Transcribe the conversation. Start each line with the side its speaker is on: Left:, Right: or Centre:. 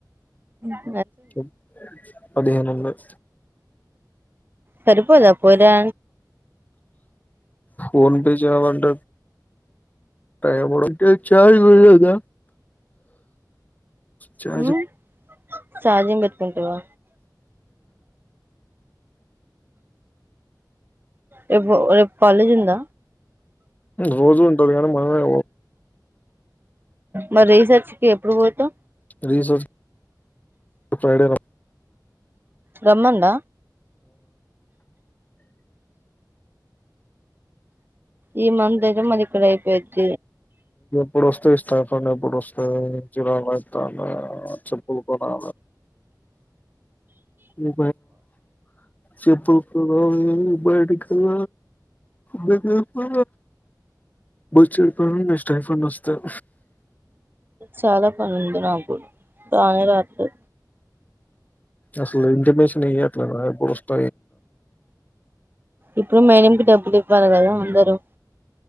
Right: ఉమ్.
Left: పది పదిహేను ఉన్నాయి.
Right: సరిపోదా పోలే
Left: ఫోన్ పే చే వంట టై మ చార్జ వెద చ
Right: ఉమ్ ఛార్జింగ్ పెట్టుకుంటావా రేపు కాలేజ్ ఉంద
Left: రోజూ ఉంటంది కానీ మనమే
Right: మరి రీసెర్చ్కి ఎప్పుడు పోతా
Left: రీసెర్చ్ కి ఫ్రైడే
Right: గమ్ముంద ఈ మందిరం అలిికడయిపోయిచ్చ
Left: పప్పుడు వస్తే ఇస్తాయిప్పుడుస్త జరాాల ఇా చెప్పులు కొాల ఇ చెప్పుడు ఉప దేపో బచ్చ ప స్టాైఫ వస్తది
Right: చాలా పని ఉంది నాకు రాని రాత్రి
Left: అలు ఇంఫమేషన్ ఇట్ల పస్త
Right: ఇప్పుడు మెనింకి డబ్బులు ఇవ్వాలి కదా అందరుూ